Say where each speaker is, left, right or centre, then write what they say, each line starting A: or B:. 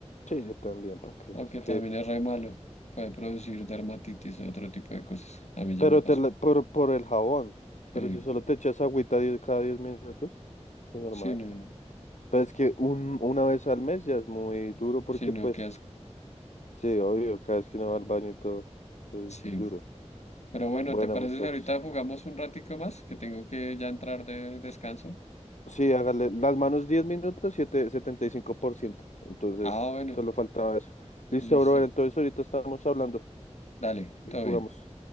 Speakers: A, on the left; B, on the left.
A: Sí, yo también, ¿para qué?
B: Aunque
A: Es que...
B: también es re malo. Puede producir dermatitis o otro tipo de cosas. A mí ya
A: Pero
B: me pasó.
A: te la- por, por el jabón.
B: Sí,
A: Pero si solo te echas agüita diez cada 10 minutos, pues normal.
B: sí, no,
A: Pues es que un, una vez al mes ya es muy duro porque
B: sí, no,
A: pues,
B: qué asco.
A: sí, obvio, cada vez que uno va al baño y todo, entonces
B: Sí.
A: duro.
B: Pero bueno,
A: Bueno,
B: ¿te parece
A: mi pex.
B: si ahorita jugamos un ratico más? Que tengo que ya entrar de descanso.
A: Sí, hágale las manos 10 minutos, siete- setenta y cinco por ciento Entonces,
B: Ah, bueno,
A: solo faltaba eso. Listo,
B: listo.
A: brother, entonces ahorita estamos hablando
B: Dale,
A: y
B: todo
A: jugamos.
B: bien.